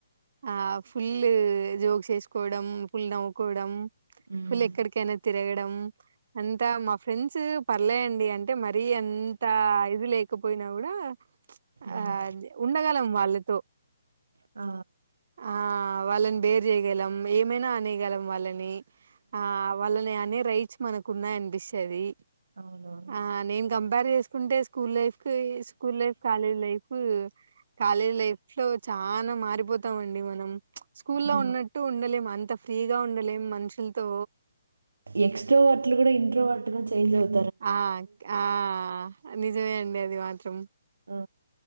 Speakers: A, on the right; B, on the right.
A: ఆ ఫుల్ జోక్స్ వేసుకోవడం ఫుల్ నవ్వుకోవడం
B: ఉమ్
A: ఫుల్ ఎక్కడికైనా తిరగడం అంతా మా ఫ్రెండ్స్ పర్లేయంండి అంటే మరీ ఎంత ఇది లేకపోయినా కూడా
B: ఉమ్
A: ఆ ఉండగలం వాళ్ళతో
B: ఆ
A: ఆ వాళ్ళని బేర్ చేయగలం ఏమైనా అనేయగలం వాళ్ళని ఆ వాళ్ళనే అనే రైట్ మనకున్నాయి అనిపిస్తాది
B: అవునవును
A: ఆ నేను కంపేర్ చేసుకుంటే school life school life college life college life లో చాలా మారిపోతు స్తాంమండి మనం స్కూల్లో
B: ఆ
A: ఉన్నట్టు ఉండలేము అంత ఫ్రీగా ఉండలేం మనుషులతో
B: ఎక్స్ట్రో వార్ట్లు కూడా ఇంట్రో వర్ట్ గా చేంజ్ అవుత
A: ఆ ఆ నిజమే అండి అది మాత్రం
B: ఆ